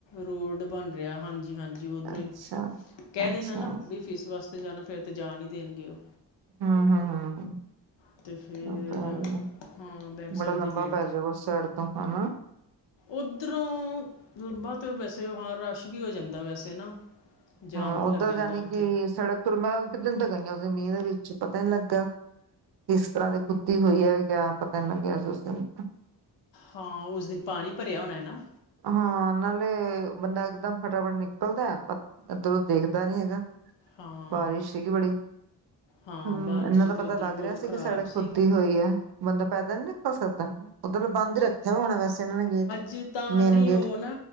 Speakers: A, on the left; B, on the right.
A: ਰੋਡ ਬਣ ਰੇਆ ਹਾਂਜੀ ਹਾਂਜੀ ਓਧਰੋਂ
B: ਅੱਛਾ।
A: ਈ, ਕੈ
B: ਅੱਛਾ
A: ਦੇਣਾ ਨਾ ਵੀ ਫੀਸ ਵਾਸਤੇ ਜਾਣਾ ਫਿਰ ਤਾਂ ਜਾਣ ਹੀ ਦੇਣਗੇ ਓ
B: ਹਾਂ- ਹਾਂ- ਹਾਂ
A: ਅਤੇ ਫਿਰ
B: ਓ ਤਾਂ ਹੈ ਈ ਆ,
A: ਹਾਂ ਬੈਕ ਸਾਈਡ
B: ਬੜਾ ਲੰਬਾ
A: ਦੇ ਗੇਟ
B: ਪੈਜੂ ਉਸ ਸਾਈਡ ਤੋਂ ਹਨਾ?
A: ਉੱਧਰੋਂ ਲੰਬਾ ਤੇ ਵੈਸੇ ਹਾ ਰਸ਼ ਵੀ ਹੋ ਜਾਂਦਾ ਵੈਸੇ ਨਾ ਜਾਮ
B: ਹਾਂ
A: ਵੀ
B: ਓਧਰ
A: ਲੱਗ ਜਾਂਦਾ
B: ਜਾਣੀ
A: ਉੱਥੇ
B: ਕਿ ਸੜਕ ਮੈਂ ਇੱਕ ਦਿਨ ਤਾ ਗਈ ਆ ਉਸ ਦਿਨ ਮੀਂਹ ਦੇ ਵਿੱਚ ਪਤਾ ਨੀ ਲੱਗਾ। ਕਿਸ ਤਰ੍ਹਾਂ ਦੀ ਖੁੱਦੀ ਹੋਈ ਹੈ ਕਿਆ ਪਤਾ ਨ ਲੱਗਿਆ ਸੀ ਉਸ ਦਿਨ ਤਾਂ
A: ਹਾਂ ਉਸ ਦਿਨ ਪਾਣੀ ਭਰਿਆ ਹੋਣਾ ਨਾ?
B: ਹਾਂ ਨਾਲੇ ਬੰਦਾ ਇਕਦਮ ਫਟਾਫਟ ਨਿਕਲਦਾ ਪਰ ਇਧਰੋਂ ਦੇਖਦਾ ਨੀ ਹੈਗਾ।
A: ਹਾਂ
B: ਬਾਰਿਸ਼ ਸੀਗੀ ਬੜੀ?
A: ਹਾਂ
B: ਹੁ
A: ਬਾਰਿਸ਼
B: ਏਨਾਂ
A: 'ਚ
B: ਤਾਂ ਪਤਾ
A: ਉੱਧਰ
B: ਲੱਗ
A: ਬਹੁਤ
B: ਰੇਆ ਸੀ
A: ਖ਼ਰਾਬ
B: ਕਿ ਸੜਕ ਖੁੱਦੀ
A: ਸੀ
B: ਹੋਈ ਆ ਬੰਦਾ ਪੈਦਲ ਨੀ ਨਿਕਲ ਸਕਦਾ। ਉਧਰੋਂ ਬੰਦ ਰੱਖੇਆ ਹੋਣਾ ਵੈਸੇ ਏਨਾਂ ਨੇ ਗੇਟ?
A: ਜਿੰਦਾਂ
B: ਮੇਨ
A: ਨੀ
B: ਗੇਟ
A: ਓ ਨਾ